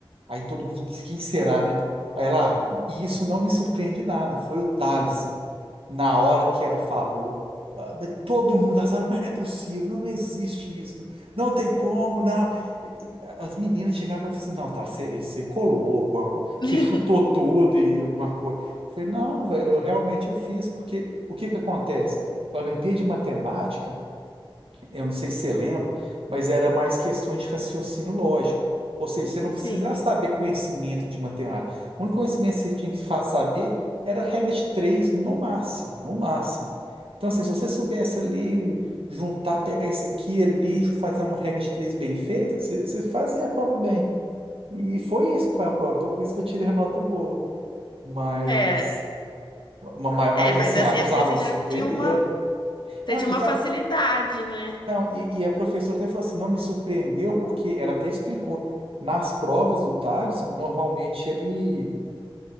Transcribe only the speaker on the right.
Aí todo mundo, quem será, né? Aí ela, "Ah, e isso não me surpreende nada, foi o Thalisson. Na hora que ela falou, ah, mas todo mundo da sala, mas não é possível, não, não existe isso, não tem como, não. E- e As meninas chegavam e falavam assim, não, tá, você você colou alguma coisa,
você chutou tudo e alguma coisa. Eu falei, não, velho, eu realmente eu fiz, porque o que que acontece? A Olimpíada de Matemática, eu não sei se você lembra, mas era mais questões de raciocínio lógico. Ou seja, você não
precisava saber conhecimento de matemática. O único conhecimento que você tinha que fa- saber era a regra de três no máximo, no máximo. Então, assim, se você soubesse ali juntar, pegar isso aqui ali, fazer uma regra de três bem feita, você, você fazia a prova bem. E foi isso que foi a prova. Então, por isso que eu tirei a nota boa. Mas,
ma- ma- mas
assim,
ah,
os
alunos
surpreenderam.
Não,
e
sabe
Não, e, e a professora até falou assim, não me surpreendeu, porque ela até explicou, nas provas do Thaleson, normalmente ele